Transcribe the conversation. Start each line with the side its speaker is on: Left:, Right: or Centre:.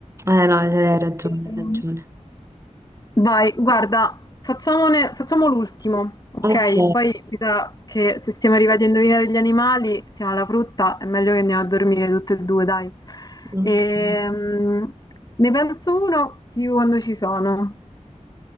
Right: Eh no, hai ragione,
Left: Ehm,
Right: hai ragione.
Left: Vai, guarda, facciamone- facciamo l'ultimo, ok?
Right: Ok,
Left: Poi mi sa che se siamo arrivati a indovinare gli animali, siamo alla frutta, è meglio che andiamo a dormire tutte e due, dai.
Right: ok.
Left: Ehm, ne penso uno, ti dico quando ci sono.